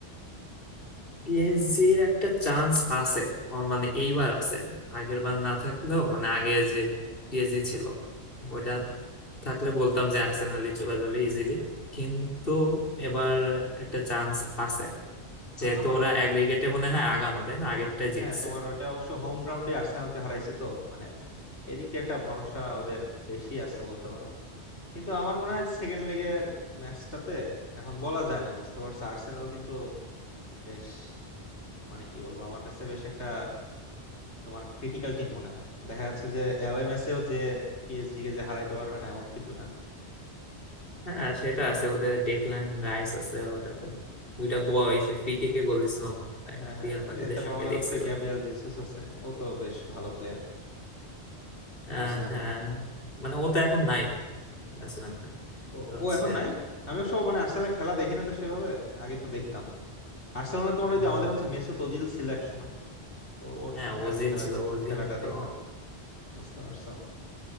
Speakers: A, on the left; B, on the left.
A: পিএসজির একটা চান্স আছে অন- মানে এইবার আছে আগের বার না থাকলেও মানে আগে যে পিএসজি ছিল
B: হম
A: ওইটা থাকলে বলতাম যে আর্সেনালই চলে যাবে ইজিলি কিন্তু এবার একটা চান্স আছে
B: হম
A: যেহেতু ওরা অ্যাগ্রিগেটে মনে হয় আগানো তাই না আগেরটা জিতছে
B: হ্যাঁ তোমার ওইটা অবশ্য হোম গ্রাউন্ডে আর্সেনালকে হারাইছে তো মানে এদিক দিয়ে একটা ভরসা ওদের বেশি আছে বলতে পারো কিন্তু আমার মনে হয় সেকেন্ড লেগের ম্যাচটাতে এখন বলা যায় না বুঝতে পারছো আর্সেনাল কিন্তু বেশ মানে কি বলবো আমার কাছে বেশ একটা তোমার ক্রিটিক্যাল টিম মনে হয় দেখা যাচ্ছে যে অ্যাওয়ে ম্যাচেও যে পিএসজি কে যে হারাইতে পারবে না এমন কিন্তু না
A: হ্যাঁ সেটা আছে ওদের ডেকল্যান রাইস আছে ওটা তো দুইটা গোল সে ফ্রি কিকে গোল দিছিল মনে হয়
B: হ্যাঁ হ্যাঁ
A: রিয়াল
B: এই
A: মাদ্রিদের
B: যে তারপর
A: সঙ্গে
B: আমাদের
A: দেখছিল
B: হচ্ছে গ্যাব্রিয়াল জেসুস আছে ও তো বেশ ভালো প্লেয়ার
A: আহ,
B: আর্সেনালে
A: হ্যাঁ মানে ও তো এখন নাই আর্সেনাল
B: ও
A: হচ্ছে
B: ও এখন নাই আমি অবশ্য মানে আর্সেনালের খেলা দেখি না তো সেভাবে আগে তো দেখতাম আর্সেনালে তোমার
A: উম,
B: ওই যে আমাদের হচ্ছে মেসুত ওজিল ছিল এক সময় ওর ওর
A: হ্যাঁ
B: সময়
A: ওজিল
B: আর কি খেলাতে
A: ছিল ওজিল
B: খেলাটা
A: তো
B: দেখতাম বুঝতে পারছো